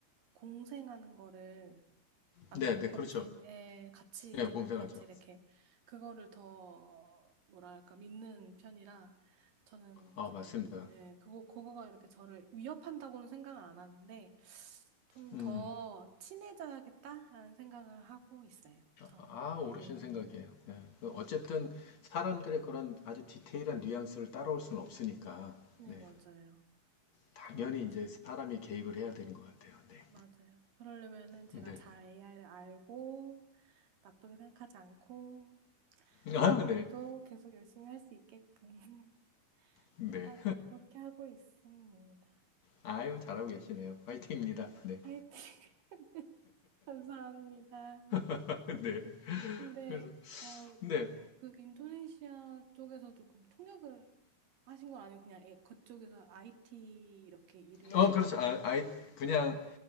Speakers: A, on the right; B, on the left.
A: 공생하는 거를 맞나요?
B: 네, 네,
A: 공생?
B: 그렇죠.
A: 예, 같이
B: 네,
A: 이렇게,
B: 공생하죠.
A: 같이 이렇게, 그거를 더, 뭐랄까, 믿는 편이라, 저는
B: 아,
A: 이제,
B: 맞습니다.
A: 예, 그거, 그거가 이렇게 저를 위협한다고는 생각을 안 하는데, 좀
B: 음,
A: 더 친해져야겠다라는 생각을 하고 있어요, 전.
B: 아,
A: 네,
B: 옳으신 생각이에요. 예.
A: 오히려?
B: 그 어쨌든 사람들의 그런 아주 디테일한 뉘앙스를 따라올 수는 없으니까,
A: 네,
B: 네.
A: 맞아요.
B: 당연히
A: 그거를
B: 이제
A: 잘,
B: 사람이 개입을 해야 되는 것 같아요. 네.
A: 맞아요. 그러려면은 제가
B: 네.
A: 잘 AI를 알고, 나쁘게 생각하지 않고, 통역도
B: 아, 네.
A: 계속 열심히 할 수 있게끔. <laughs>
B: 네.
A: 일단 그렇게 하고 있습니다.
B: 아유, 잘하고 계시네요. 화이팅입니다. 네.
A: 화이팅! <laughs> 감사합니다.
B: <laughs> 네.
A: 근데
B: 그래서,
A: 어
B: 네.
A: 그 인도네시아 쪽에서도 그럼 통역을 하신 건 아니고 그냥 애- 그쪽에서 IT 이렇게 일을
B: 어,
A: 하셨
B: 그렇죠. 아, 아이, 그냥